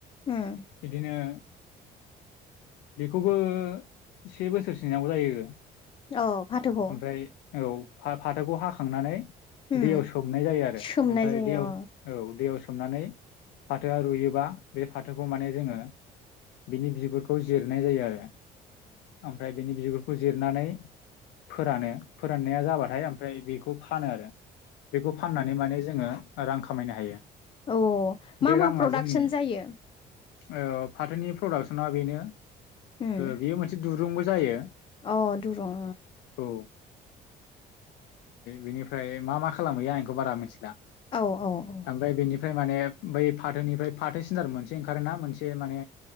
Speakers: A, on the left (about 30°); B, on the left (about 85°).
A: उम
B: बिदिनो बेखौबो से बोसोरसोव जायो।
A: अ फाथोखौ?
B: ओमफ्राय औ फाथोखौ हाखांनानै
A: उम
B: दैयाव सोमनाय जायो आरो
A: सोमनाय
B: ओमफ्राय
A: जायो
B: दैयाव
A: अ
B: औ दैयाव सोम सोमनानै फाथोआ रुयोबा बे फाथोखौ माहोनो जोङो बिनि बिगुर बे खौ जिरनाय जायो आरो ओमफ्राय बेनि बिगुरखौ जिरनानै फोरानो फोराननाया जाबाथाय ओमफ्राय बेखौ फानो आरो। बेखौ फाननानै माने जोङो रां खामायनो हायो।
A: औ मा
B: बे
A: मा
B: राङा
A: प्रडाक्सन
B: जोंनि
A: जायो
B: ओ फाथोनि प्रडाक्सना बेनो
A: उम
B: बेयो मोनसे दुरुंबो जायो।
A: अ दुरुं।
B: औ बिनिफ्राय मा मा खालामहैया आंखौ बारा मिथिला।
A: औ औ औ।
B: ओमफ्राय बेनिफ्राय माने बै फाथोनिफ्राय फाथोसिनार मोनसे ओंखारोना मोनसे माने